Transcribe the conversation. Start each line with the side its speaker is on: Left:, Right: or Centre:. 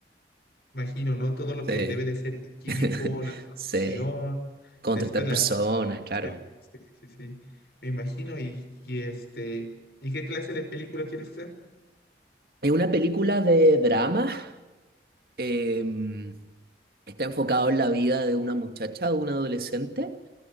Left: Imagino, ¿no? Todo lo
Right: Sí,
Left: que debe de ser el equipo,
Right: <laughs>
Left: la producción,
Right: sí, contratar
Left: después la
Right: personas,
Left: postproducción.
Right: claro.
Left: Sí, sí, sí. Me imagino. Y, y este, ¿y qué clase de película quieres hacer?
Right: Es una película de drama. em, Está enfocado en la vida de una muchacha, de una adolescente,